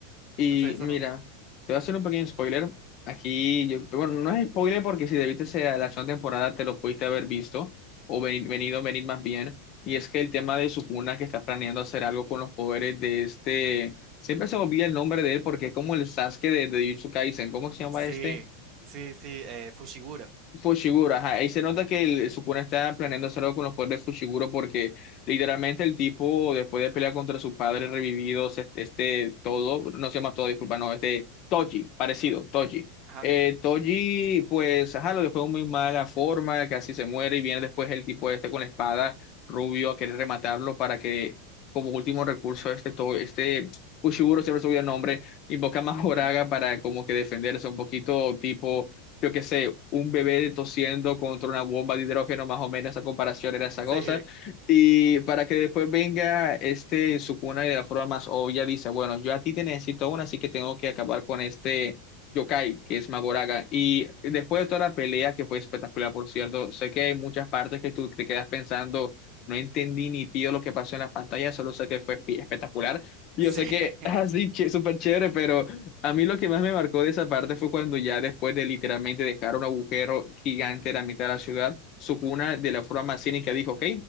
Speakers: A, on the left; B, on the right.
A: Y
B: entonces eso
A: mira,
B: me...
A: te voy a hacer un pequeño spoiler. Aquí, yo, bueno, no es spoiler porque si debiste ser la segunda temporada te lo pudiste haber visto o veni- venido,
B: Sí,
A: venir más bien. Y es que el tema de Sukuna que está planeando hacer algo con los poderes de este. Siempre se me olvida el nombre de él porque es como el Sasuke de, de Jujutsu Kaisen. ¿Cómo se llama
B: sí,
A: este?
B: sí, sí, eh, Fushiguro.
A: Fushiguro, ajá, ahí se nota que el Sukuna está planeando hacer algo con los poderes de Fushiguro porque literalmente el tipo después de pelear contra su padre revividos, este, este todo, no se llama todo, disculpa, no, este Toji, parecido, Toji.
B: Ajá,
A: Eh, Toji, pues, ajá, lo dejó en muy mala forma, casi se muere y viene después el tipo este con la espada rubio a querer rematarlo para que como último recurso este, To- este Fushiguro, siempre se me olvida el nombre, invoca a Mahoraga
B: sí,
A: para como que defenderse un poquito tipo yo qué sé, un bebé tosiendo contra una bomba de hidrógeno, más o menos, esa comparación era esa
B: sí,
A: cosa. Y para que después venga este Sukuna y de la forma más obvia dice, bueno, yo a ti te necesito una, así que tengo que acabar con este yokai, que es Magoraga. Y después
B: sí,
A: de toda la pelea, que fue espectacular, por cierto, sé que hay muchas partes que tú te quedas pensando. No entendí ni pío lo que pasó en la pantalla, solo sé que fue pi- espectacular. y
B: sí.
A: Yo sé
B: <laughs>
A: que <laughs> así, súper chévere, pero a mí lo que más me marcó de esa parte fue cuando ya después de literalmente dejar un agujero gigante en la mitad de la ciudad, Sukuna de la forma más cínica dijo, ok,